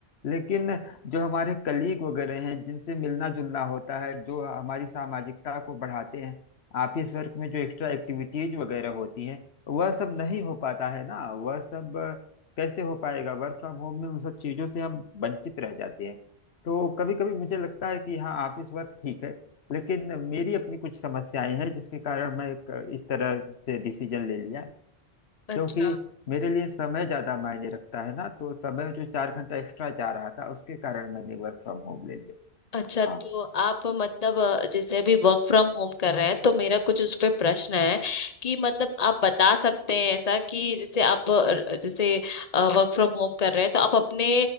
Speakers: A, on the left; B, on the left.
A: लेकिन जो हमारे कलीग वगैरह हैं जिनसे मिलना जुलना होता है जो हमारी सामाजिकता को बढ़ाते हैं ऑफिस वर्क में जो एक्स्ट्रा एक्टिविटीज वगैरह होती है वह सब नहीं हो पाता है ना वह सब अ, कैसे हो पाएगा वर्क फ्रॉम होम में उन सब चीजों से हम वंचित रह जाते हैं तो कभी कभी मुझे लगता है कि हाँ ऑफिस वर्क ठीक है लेकिन मेरी अपनी कुछ समस्याएं हैं जिसके कारण मैं एक इस तरह से डिसीजन ले लिया
B: अच्छा
A: क्योंकि मेरे लिए समय ज्यादा मायने रखता है ना तो समय जो चार घंटा एक्स्ट्रा जा रहा था उसके कारण मैंने वर्क फ्रॉम होम ले लिया
B: अच्छा तो
A: हाँ
B: आप मतलब अ, जैसे अभी वर्क फ्रॉम होम कर रहे हैं तो मेरा कुछ उस पे प्रश्न है कि मतलब आप बता सकते हैं ऐसा कि जैसे आप अ, जैसे वर्क फ्रॉम होम कर रहे हैं तो आप अपने